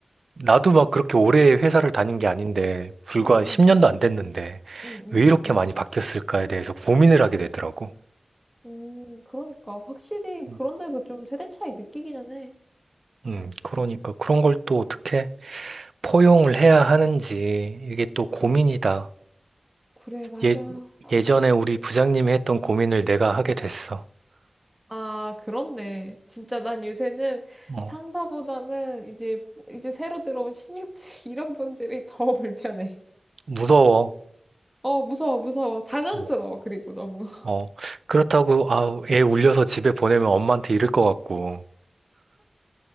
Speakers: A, on the right; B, in the centre.
A: 나도 막 그렇게 오래 회사를 다닌 게 아닌데, 불과
B: 응, 응,
A: 10년도
B: 응, 응.
A: 안 됐는데,
B: 응, 응,
A: 왜 이렇게
B: 응, 응.
A: 많이 바뀌었을까에 대해서 고민을 하게 되더라고.
B: 음, 그러니까. 확실히
A: 음,
B: 그런 데서 좀 세대 차이 느끼기는 해.
A: 음, 그러니까 그런 걸 또 어떻게 포용을 해야 하는지, 이게 또 고민이다.
B: 그래, 맞아.
A: 예,
B: 아,
A: 예전에 우리 부장님이 했던 고민을 내가 하게 됐어.
B: 아, 그렇네. 진짜 난 요새는
A: 어,
B: 상사보다는 이제, 이제 새로 들어온 신입들, <laughs> 이런 분들이 더 불편해.
A: 무서워.
B: 어, 무서워, 무서워. 당황스러워,
A: 어,
B: 그리고 너무. <laughs>
A: 어. 그렇다고, 아, 애 울려서 집에 보내면 엄마한테 이를 것 같고.